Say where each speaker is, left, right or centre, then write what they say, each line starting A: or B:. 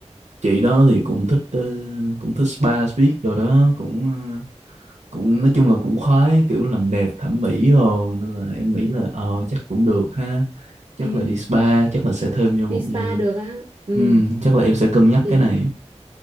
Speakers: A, on the right; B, on the right.
A: chị đó thì cũng thích ờ, cũng thích spa biết rồi đó cũng ờ, cũng nói chung là cũng khoái kiểu làm đẹp thẩm mỹ rồi nên là em nghĩ là ờ chắc cũng được ha chắc
B: ừ.
A: là đi spa chắc là sẽ thêm vô
B: đi
A: một
B: spa
A: giờ
B: được á ừ
A: Ừm, chắc là em sẽ cân nhắc
B: thì
A: cái này